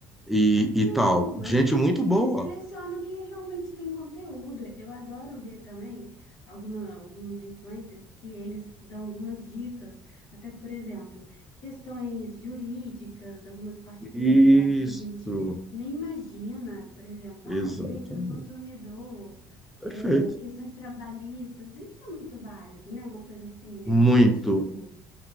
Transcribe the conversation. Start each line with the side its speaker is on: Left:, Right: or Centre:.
Centre: E, e
Left: Não,
Centre: tal. Gente muito
Left: a gente
Centre: boa.
Left: seleciona o que realmente tem conteúdo. Eu adoro ver também alguma, alguns influencers que eles dão algumas dicas, até, por exemplo, questões jurídicas, algumas particularidades
Centre: Isso,
Left: que a gente nem imagina, por exemplo,
Centre: exatamente.
Left: ah, direito do consumidor,
Centre: Perfeito.
Left: é, questões trabalhistas, isso é muito válido, né? Uma coisa assim, nesse
Centre: Muito,
Left: sentido do...